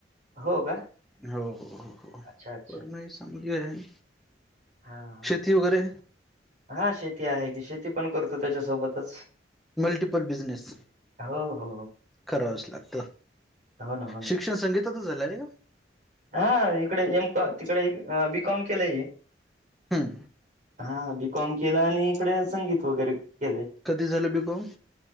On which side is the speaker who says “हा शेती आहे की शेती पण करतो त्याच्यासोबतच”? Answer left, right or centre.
Right